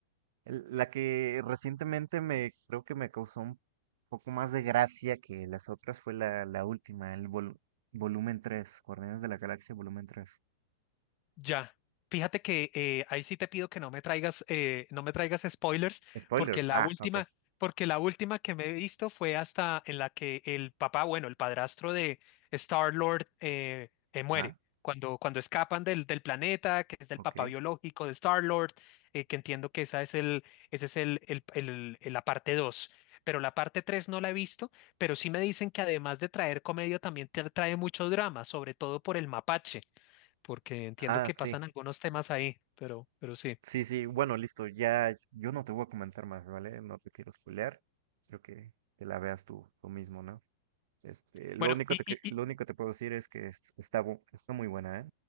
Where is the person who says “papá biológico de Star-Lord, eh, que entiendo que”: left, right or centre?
Left